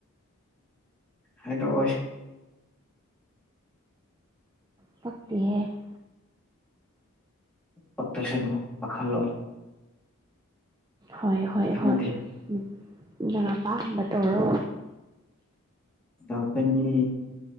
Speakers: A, in the centre; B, on the right (about 20°).
A: ꯍꯥꯏꯗꯣꯛꯑꯣ
B: ꯇꯛꯛꯇ
A: ꯐꯛꯇꯁꯅꯨ ꯄꯥꯍꯜꯂꯣꯏ
B: ꯍꯣꯏ ꯍꯣꯏ
A: ꯄꯛꯇ
B: ꯍꯣꯏ
A: ꯅꯠꯇꯦ
B: ꯎꯝ ꯅ ꯑꯄꯥꯝꯕ ꯇꯧꯔꯣ
A: ꯇ ꯀꯅꯤ